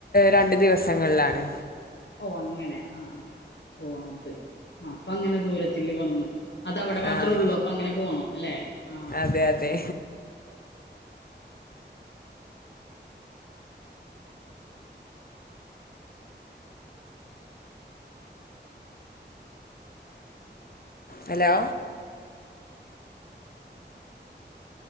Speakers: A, on the left; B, on the left.
A: രണ്ടു ദിവസങ്ങളിലാണ്
B: ഓഹ് അങ്ങനെ ആഹ് ഓഹ് അത് അപ്പൊ അങ്ങനെ ദൂരത്തില് വന്ന് അതവിടെ മാത്രമേ
A: ആഹ്
B: ഉള്ളൂ അപ്പൊ അങ്ങനെ പോണം അല്ലെ ആഹ്
A: അതെ അതെ ഹലോ